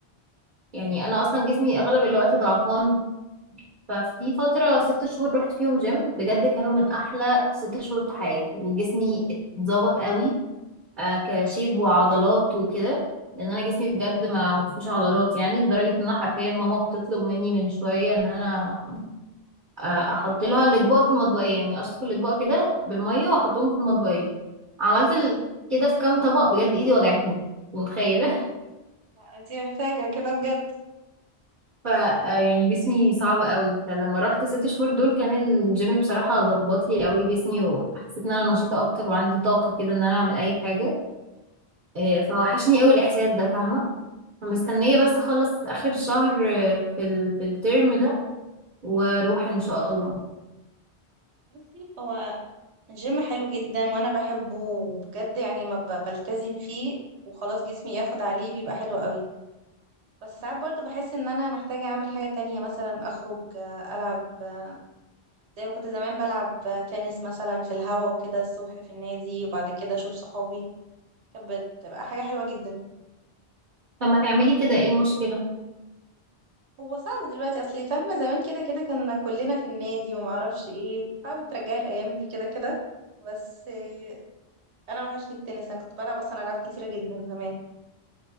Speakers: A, on the right; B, on the right.
A: يعني انا اصلا جسمي اغلب الوقت ضعفان ففي فترة ست شهور رحت فيهم جيم بجد كانوا من احلى ست شهور في حياتي وجسمي اتظبط قوي آه، كشيب وعضلات وكده لان انا جسمي بجد ما ما فيهوش عضلات يعني لدرجه ان انا حرفيا ماما بتطلب مني من شويه ان انا آه، احط لها الاطباق في المطبقيه يعني اشطف الاطباق كده بالميه واحطهم في المطبقيه عملت ال- كده في كام طبق بجد ايدي وجعتني متخيله <laughs>
B: لا انتي محتاجة كده بجد
A: ف آه، يعني جسمي صعب قوي فلما رحت ست شهور دول كان الجيم بصراحه ظبط لي قوي جسمي وحسيت ان انا نشيطه اكتر وعندي طاقه كده ان انا اعمل اي حاجه آه، فوحشني قوي الاحساس ده فاهمه فمستنية بس اخلص اخر شهر آه، في ال... في الترم ده واروح ان شاء الله
B: بصي هو الجيم حلو جدا وانا بحبه وبجد يعني ما ب- بلتزم فيه وخلاص جسمي ياخد عليه بيبقى حلو قوي بس ساعات برضو بحس ان انا محتاجة اعمل حاجة تانية مثلا اخرج آه، العب آه، زي ما كنت زمان بلعب آه، تنس مثلا في الهوا وكده الصبح في النادي وبعد كده اشوف صحابي كانت بتبقى حاجة حلوة جدا
A: طب ما تعملي كده ايه المشكلة
B: هو صعب دلوقتي اصل فاهمه زمان كده كده كنا كلنا في النادي وما اعرفش ايه صعب ترجعي الايام دي كده كده بس آه، انا وحشني التنس انا كنت بلعب اصلا العاب كتيره جدا زمان